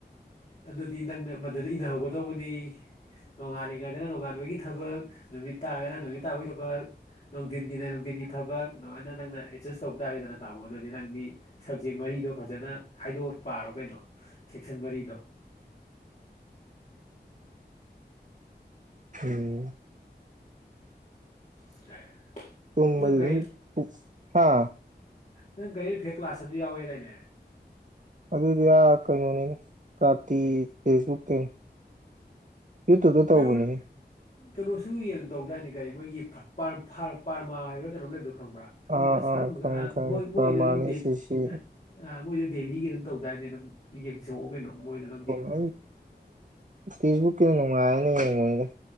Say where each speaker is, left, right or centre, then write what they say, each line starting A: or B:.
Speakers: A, on the left (about 50°); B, on the right (about 45°).
A: ꯑꯗꯨꯗꯗꯤ ꯅꯥꯪꯅꯥꯞ ꯃꯗꯨꯗ ꯏꯅꯍꯧꯒꯗꯧꯕꯅꯤ ꯅꯣꯡꯉꯥꯜꯂꯤꯉꯩꯗꯅ ꯅꯣꯡꯉꯥꯟꯕꯒꯤ ꯊꯕꯛ ꯅꯨꯃꯤꯠ ꯇꯥꯔꯒꯅ ꯅꯨꯃꯤꯠ ꯇꯥꯕꯒꯤ ꯊꯕꯛ ꯅꯨꯡꯊꯤꯟꯒꯤꯅ ꯅꯨꯡꯊꯤꯟꯒꯤ ꯊꯕꯛ ꯗꯨꯃꯥꯏꯅ ꯅꯪꯅ ꯑꯦꯗꯖꯁ ꯇꯧ ꯇꯥꯔꯦꯗꯅ ꯇꯥꯃꯣ ꯑꯗꯨꯗꯤ ꯅꯪꯗꯤ ꯁꯕꯖꯦꯛ ꯃꯔꯤꯗꯣ ꯐꯖꯟꯅ ꯈꯥꯏꯗꯣꯛ ꯑ ꯄꯥꯔꯣ ꯀꯩꯅꯣ ꯁꯦꯛꯁꯥꯟ ꯃꯔꯤꯗꯣ
B: ꯎꯝ
A: <inaudible>
B: ꯇꯨꯝꯕꯥ ꯈꯨꯗꯤꯡ
A: ꯀꯔꯦꯟ
B: ꯏꯁ ꯍꯥ
A: ꯅꯪ ꯀꯌꯦꯟ ꯏ ꯀꯥ꯭ꯂꯥꯁ ꯑꯥꯃꯖꯨ ꯌꯥꯎꯋꯦꯗꯥꯏꯅꯦ
B: ꯑꯗꯨꯗꯤ ꯑꯥ ꯀꯩꯅꯣꯅꯤꯗ ꯀꯥꯔꯇꯤ ꯐꯦꯁꯕꯨꯛꯇꯅꯤ ꯎꯇꯨꯞ ꯇ ꯇꯧꯕꯅꯤ
A: ꯀꯩꯅꯣ
B: ꯍꯦ
A: ꯀꯩꯅꯣꯁꯨ ꯌꯦꯟ ꯇꯧꯗꯥꯏꯅꯦ ꯀꯔꯤ ꯃꯣꯏꯒꯤ ꯐꯔ꯭ꯠ ꯄꯥꯔꯃꯥ ꯍꯥꯏꯕ꯭ꯔꯥ ꯀꯩꯅꯣꯝ ꯂꯩꯕꯗꯣ ꯈꯪꯕ꯭ꯔꯥ ꯈꯪꯉꯝꯂꯣꯏ
B: ꯑꯥ
A: ꯁꯪꯒ
B: ꯑꯥ ꯈꯪꯉꯦ
A: ꯑ
B: ꯈꯪꯉꯦ
A: ꯃꯣꯏ
B: ꯄ꯭ꯔꯃꯥꯟꯅꯤ
A: ꯃꯣꯏꯗꯨ ꯑꯗꯨꯝ ꯗꯦꯜꯂꯤ
B: ꯁꯤ ꯁꯤ
A: ꯑ ꯃꯣꯏꯗꯣ ꯗꯦꯜꯂꯤꯒꯤ ꯑꯗꯨꯝ ꯇꯧꯗꯥꯏꯅꯦ ꯑꯗꯨꯝ ꯌꯦꯡꯁꯣꯛꯑꯣ ꯀꯩꯅꯣ ꯃꯣꯏꯗꯣ ꯗꯪꯗꯤ
B: <unintelligible> ꯇꯦꯁꯕꯨꯛꯀꯤꯅ ꯅꯨꯡꯉꯥꯏꯌꯦꯅ ꯌꯦꯡꯕꯅꯤꯗ